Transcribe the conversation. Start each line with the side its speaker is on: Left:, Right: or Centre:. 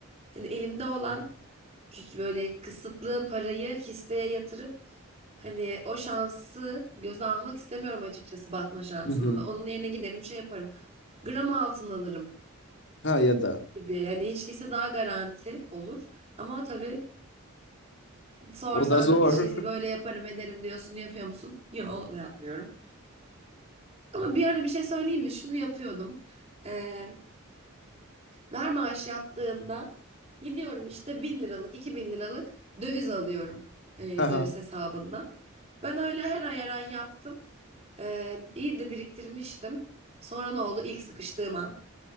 Right: Hani elimde olan küç- böyle kısıtlı parayı hisseye yatırıp hani o şansı göze almak istemiyorum açıkçası batma şansını
Left: Hı hı.
Right: da. Onun yerine giderim şey yaparım. Gram altın alırım
Left: Ha ya da.
Right: gibi. Hani hiç değilse daha garanti olur. Ama tabii sorsan
Left: O da zor.
Right: hiç değilse böyle yaparım ederim diyorsun yapıyor musun? Yok onu da yapmıyorum. Ama bir ara bir şey söyleyeyim mi? Şunu yapıyordum. Ee, Ver maaş yattığında gidiyorum işte 1000 liralık 2000 liralık döviz alıyorum e,
Left: <laughs> Aha.
Right: döviz hesabından. Ben öyle her ay her ay yaptım. E, iyi de biriktirmiştim. Sonra ne oldu? İlk sıkıştığım an